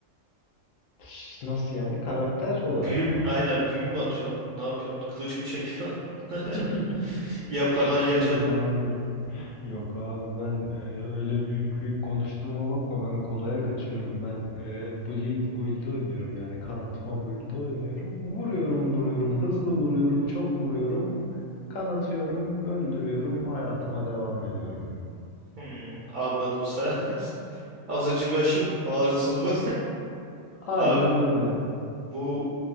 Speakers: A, on the left (about 85°); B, on the right (about 65°).
A: Ş- Nasıl yani? Karakter olarak
B: Büyüm
A: mı?
B: aynen büyü mü atıyorsun? Ne yapıyorsun? Kılıç mı çekiyorsun? <laughs>
A: <laughs>
B: Ya paran ya
A: Yok
B: canın.
A: abi. Yok abi ben e, öyle büyük büyük konuştuğuma bakma. Ben kolaya kaçıyorum. Ben e, bleed build'de oynuyorum. Yani kanatma build'de oynuyorum. Vuruyorum vuruyorum. Hızlı vuruyorum. Çok vuruyorum. Kanatıyorum. Öldürüyorum. Hayatıma devam ediyorum.
B: Hmm, anladım sen. <laughs> Azıcık aşım ağrısız bu.
A: Aynen
B: <laughs> Abi
A: öyle.
B: Bu